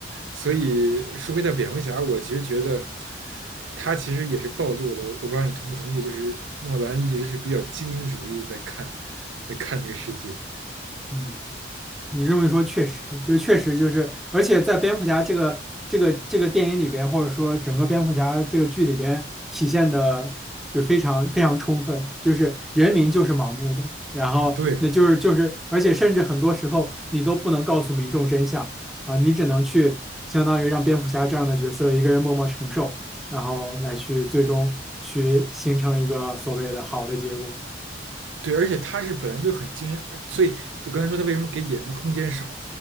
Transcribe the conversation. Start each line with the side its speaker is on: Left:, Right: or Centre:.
Right: 所以说回到蝙蝠侠，我其实觉得他其实也是暴露了，我我不知道你同不同意，就是诺兰一直是比较精英主义的在看，在看这个世界。
Centre: 嗯，你这么一说，确实，就确实就是，而且在蝙蝠侠这个这个这个电影里边，或者说整个蝙蝠侠这个剧里边，体现的就非常非常充分，就是人民就是盲目的，然后那就是就是，
Right: 对，
Centre: 而且甚至很多时候你都不能告诉民众真相啊，你只能去相当于让蝙蝠侠这样的角色一个人默默承受，然后来去最终去形成一个所谓的好的结果，
Right: 对，而且他是本来就很惊艳，呃所以就刚才说他为什么给演员的空间少，